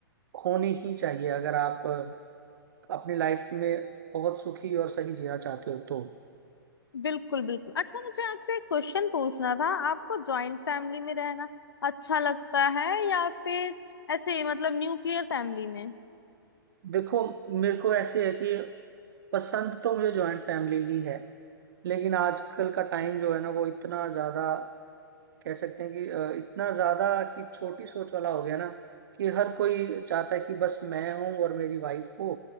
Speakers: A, on the right (about 65°); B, on the left (about 80°).
A: होनी ही चाहिए अगर आप अ, अपनी लाइफ में बहुत सुखी और सही जीना चाहते हो तो
B: बिल्कुल बिल्कुल अच्छा मुझे आपसे एक क्वेश्चन पूछना था आपको जॉइंट फैमिली में रहना अच्छा लगता है या फिर ऐसे ही, मतलब न्यूक्लियर फैमिली में
A: देखो मेरे को ऐसे है कि पसंद तो मुझे जॉइंट फैमिली ही है लेकिन आजकल का टाइम जो है ना वो इतना ज्यादा कह सकते हैं कि अ, इतना ज्यादा कि छोटी सोच वाला हो गया ना कि हर कोई चाहता है कि बस मैं हूं और मेरी वाइफ हो